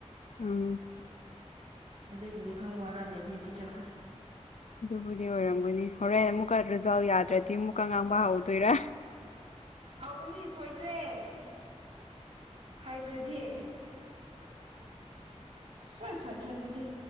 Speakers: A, on the left (about 75°); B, on the right (about 70°).
A: ꯎꯝ
B: ꯑꯗꯨꯒꯤ ꯋꯥꯈꯜ ꯋꯥꯔ ꯂꯩꯕꯅꯦ ꯆꯤꯆꯈ꯭ꯔꯣ
A: ꯑꯗꯨꯕꯨꯗꯤ ꯑꯣꯏꯔꯝꯒꯅꯤ ꯍꯣꯔꯦꯟ ꯑꯃꯨꯛꯀ ꯔꯤꯖꯜ ꯌꯥꯗ꯭ꯔꯗꯤ ꯑꯃꯨꯛꯀ ꯉꯥꯡꯕ ꯍꯧꯗꯣꯏꯔ
B: ꯍꯧꯒꯅꯤ ꯁꯣꯏꯗ꯭ꯔꯦ ꯍꯥꯏꯗ꯭ꯔꯗꯤ ꯁꯣꯏ ꯁꯣꯏꯗ꯭ꯔꯦ ꯑꯗꯨꯗꯤ